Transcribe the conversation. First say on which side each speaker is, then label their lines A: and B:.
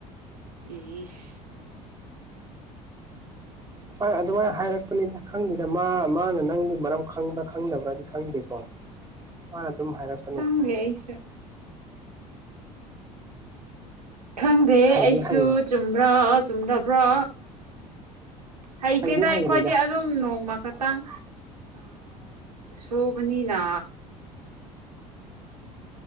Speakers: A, on the right (about 85°); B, on the right (about 20°).
A: ꯏꯁ
B: ꯍꯣꯏ ꯑꯗꯨꯃꯥꯏꯅ
A: ꯎꯝ
B: ꯍꯥꯏꯔꯛꯄꯅꯤꯗ ꯈꯪꯗꯦꯗ ꯃꯥ ꯃꯥꯅ ꯅꯪꯒꯤ ꯃꯔꯝ ꯈꯪꯕ꯭ꯔꯥ ꯈꯪꯗꯕ꯭ꯔꯗꯤ ꯈꯪꯗꯦꯀꯣ꯫ ꯅ ꯑꯗꯨꯝ ꯍꯥꯏꯔꯛ
A: ꯈꯪꯗꯦ ꯑꯩꯁꯨ ꯈꯪꯗꯦ
B: ꯍꯩꯗꯤ
A: ꯑꯩꯁꯨ
B: ꯍꯩ
A: ꯆꯨꯝꯕ꯭ꯔꯥ - ꯆꯨꯝꯗꯕ꯭ꯔꯥ꯫ ꯍꯩꯇꯦꯇꯥ
B: ꯍꯩꯗꯤ
A: ꯑꯩꯈꯣꯏꯗꯤ
B: ꯍꯩꯔꯦꯗ
A: ꯑꯗꯨ ꯁꯨꯝ ꯅꯣꯡꯃ ꯈꯇꯪ ꯁꯨꯕꯅꯤꯅ